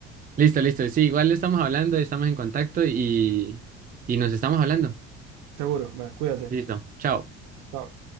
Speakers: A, on the right; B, on the right.
A: Listo, listo. Sí, igual estamos hablando, estamos en contacto y, y nos estamos hablando.
B: Seguro. Bueno, cuídate.
A: Listo, chao.
B: Chao.